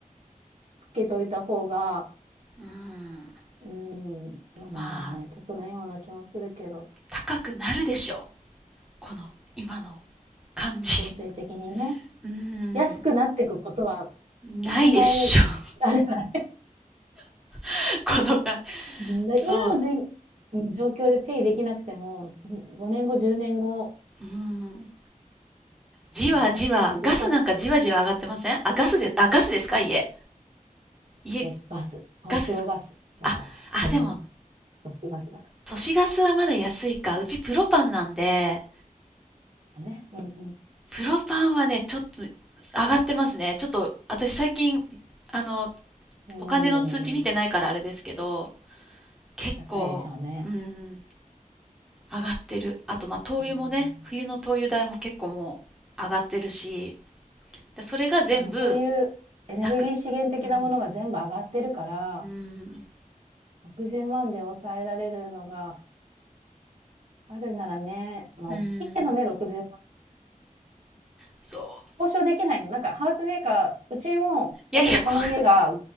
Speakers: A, on the right; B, in the centre.
A: つけといた方が、
B: うーん。
A: うーん、どうなんだろうね、
B: まあ、
A: 得なような気もするけど、
B: 高くなるでしょう。この今の感じ。
A: 情勢的にね。
B: うーん、
A: 安くなっていくことは
B: ないでしょ。
A: 考えられない。
B: <laughs> この感
A: うん、で、
B: じそう。
A: 今のじんうん、状況でペイできなくても、に5年後、10年後、
B: うーん。じわじわ、
A: やっぱつけといてよかった
B: ガスなんかじわじわ上がってませんあ、ガスで、あ、ガスですか家。
A: ですね、
B: 家、
A: ガス、東京ガスだから。
B: ガスですかあ、
A: うん、
B: あ、でも、
A: 都市ガスだか
B: 都市ガスはまだ安いか。うちプロパンなんで、
A: らね。うん
B: プロパンはね、ちょっと上がってますね。ちょっと、私最近、あの、
A: うん。
B: お金の通知見てないからあれですけど、
A: うーん、
B: 結構、
A: 高いでしょうね。
B: うーん、上がってる。あと、まあ、灯油もね、
A: うーん。
B: 冬の灯油代も結構もう上がってるし、で、それが全部
A: でもそういうエネルギー資源的なものが全部上がってるから
B: なく。うん。うん。
A: 60万で抑えられるのがあるならね、まあ、
B: うん。
A: 大きいけどね、60万。
B: そう。
A: 交渉できないの。なんか、ハウスメーカー、うちも、
B: いやいや、
A: 例えばこの家が、
B: こ